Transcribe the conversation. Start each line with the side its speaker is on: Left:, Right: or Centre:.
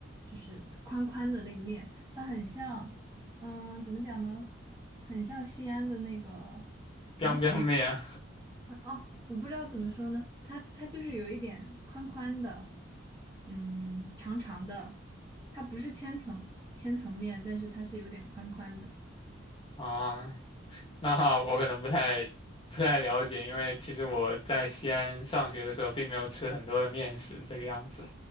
Right: 就是宽宽的那个面，它很像，嗯、怎么讲呢？很像西安的那个
Left: ，biang
Right: 凉皮。
Left: biang 面
Right: 啊哦，我不知道怎么说呢，它它就是有一点宽宽的，嗯，长长的，它不是千层千层面，但是它是有点宽宽的。
Left: 啊，那哈我可能不太不太了解，因为其实我在西安上学的时候，并没有吃很多的面食这个样子，